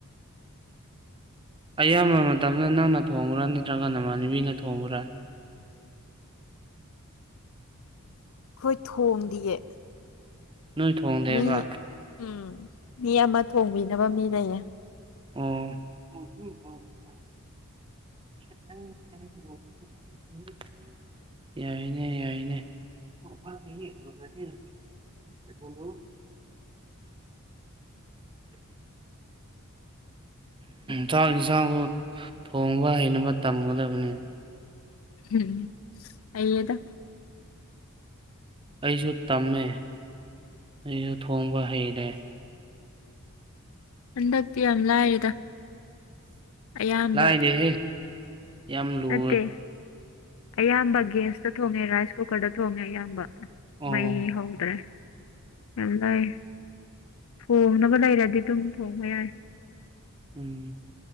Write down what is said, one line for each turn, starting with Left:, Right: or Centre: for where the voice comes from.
Right: ꯑꯌꯥꯝꯕ ꯃꯇꯝꯗ ꯅꯪꯅ ꯊꯣꯡꯕ꯭ꯔꯥ ꯅꯠꯇ꯭ꯔꯒ ꯅꯃꯥꯟꯅꯕꯤꯅ ꯊꯣꯡꯕ꯭ꯔꯥ
Left: ꯑꯩꯈꯣꯏ ꯊꯣꯡꯗꯤꯌꯦ
Right: ꯅꯣꯏ ꯊꯣꯡꯗꯦꯕ
Left: ꯃꯤ ꯎꯝ ꯃꯤ ꯑꯃ ꯊꯣꯡꯕꯤꯅꯕ ꯃꯤ ꯂꯩꯌꯦ
Right: ꯑ <unintelligible> ꯌꯥꯏꯅꯦ ꯌꯥꯏꯅꯦ <unintelligible> ꯎ ꯆꯥꯛ ꯌꯦ ꯆꯥꯡꯁꯨ ꯊꯣꯡꯕ ꯍꯩꯅꯕ ꯇꯝꯒꯗꯕꯅꯤ
Left: ꯎꯝ ꯑꯌꯦꯗ
Right: ꯑꯩꯁꯨ ꯇꯝꯃꯦ ꯑꯩꯁꯨ ꯊꯣꯡꯕ ꯍꯩꯔꯦ
Left: ꯍꯟꯗꯛꯇꯤ ꯌꯥꯝ ꯂꯥꯏꯔꯤꯦꯗ ꯑꯌꯥꯝꯕ
Right: ꯂꯥꯏꯗꯦꯍꯦ ꯌꯥꯝ ꯂꯨꯋꯦ
Left: ꯅꯠꯇꯦ ꯑꯌꯥꯝꯕ ꯒꯦꯁꯇ ꯊꯣꯡꯉꯦ ꯔꯥꯏꯁ ꯀꯨꯀꯔꯗ ꯊꯣꯡꯉꯦ ꯑꯌꯥꯝꯕ
Right: ꯑꯣ
Left: ꯃꯩ ꯍꯧꯗ꯭ꯔꯦ ꯌꯥꯝ ꯂꯥꯏ ꯊꯣꯡꯅꯕ ꯂꯩꯔꯗꯤ ꯑꯗꯨꯝ ꯊꯣꯡꯕ ꯌꯥꯏ
Right: ꯎꯝ